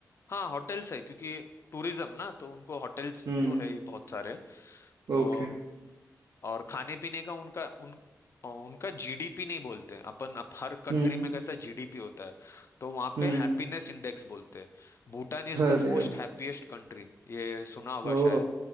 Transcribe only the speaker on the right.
हम्म
ओके
हम्म
हम्म
अरे
यार
ओ